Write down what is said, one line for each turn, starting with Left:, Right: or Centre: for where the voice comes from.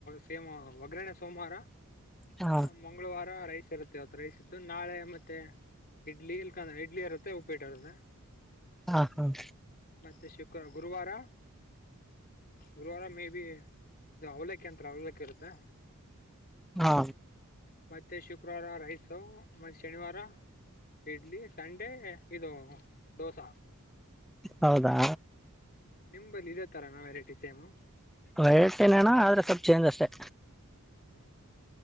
Left: ಸೇಮ ಒಗ್ಗರಣೆ ಸೋಮವಾರ
Centre: ಹಾ
Left: ಹ ಮಂಗಳವಾರ ರೈಸ್ ಇರುತ್ತೆ ಅವತ್ ರೈಸ್ ಇತ್ತು ನಾಳೆ ಮತ್ತೆ ಇಡ್ಲಿ ಇಲ್ಕ ಇಡ್ಲಿ ಇರುತ್ತೆ ಉಪಿಟ ಇರುತ್ತೆ
Centre: ಹಾ ಹಾ
Left: ಮತ್ತೆ ಶುಕ್ರ ಗುರುವಾರ ಗುರುವಾರ ಮೇ ಬಿ ಇದು ಅವಲೇಕ ಅಂತ ಅವಲೇಕ ಇರುತ್ತೆ
Centre: ಹಾ
Left: ಮತ್ತೆ ಶುಕ್ರವಾರ ರೈಸ್ ಮೆ ಶನಿವಾರ ಇಡ್ಲಿ ಸಂಡೆ ಇದು ಡೋಸಾ
Centre: ಹೌದಾ
Left: ಹ್ಮ ನಿಂಬಲ್ಲಿ ಇದ ತರಾನ ವೆರೈಟಿ ಸೇಮು
Centre: ವೆರೈಟಿ ನೆ ಆದ್ರೆ ಸ್ವಲ್ಪ್ ಚೇಂಜ್ ಅಷ್ಟೆ
Left: ಹ್ಮ್